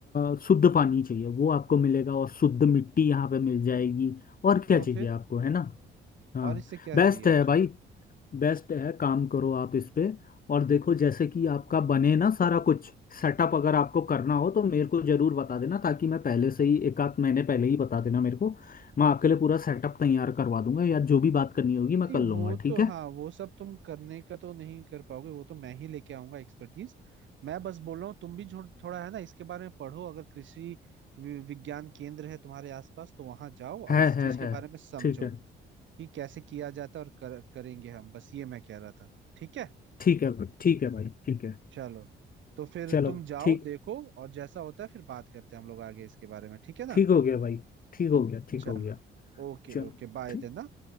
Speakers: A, on the left; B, on the right.
A: अ, शुद्ध पानी चाहिए वो आपको मिलेगा और शुद्ध मिट्टी यहाँ पे मिल जाएगी और क्या
B: तो
A: चाहिए
B: फिर
A: आपको है ना हाँ
B: और इससे क्या चाहिए
A: बेस्ट
B: अच्छा
A: है भाई बेस्ट है काम करो आप इस पे और देखो जैसे कि आपका बने ना सारा कुछ सेटअप अगर आपको करना हो तो मेरे को जरूर बता देना ताकि मैं पहले से ही एक आध महीने पहले ही बता देना मेरे को मैं आपके लिए पूरा सेटअप तैयार करवा दूंगा या जो भी बात करनी होगी मैं
B: नहीं
A: कर लूंगा
B: वो
A: ठीक
B: तो हाँ
A: है
B: वो सब तुम करने का तो नहीं कर पाओगे वो तो मैं ही लेके आऊंगा एक्सपर्टीज मैं बस बोल रहा हूँ तुम भी जो- थोड़ा है ना इसके बारे में पढ़ो अगर कृषि वि- विज्ञान केंद्र है तुम्हारे आसपास तो वहां जाओ और
A: है
B: इस चीज
A: है
B: के
A: है
B: बारे में समझो
A: ठीक है
B: कि कैसे किया जाता है और कर, करेंगे हम बस ये मैं कह रहा था ठीक है
A: ठीक है भाई ठीक
B: ठीक है
A: है भाई ठीक है
B: चलो तो फिर
A: चलो
B: तुम जाओ
A: ठीक
B: देखो और जैसा होता है फिर बात करते हैं हम लोग आगे इसके बारे में ठीक है ना
A: ठीक हो गया भाई ठीक हो गया ठीक
B: चलो
A: हो गया
B: okay
A: चलो
B: okay bye
A: ठीक
B: then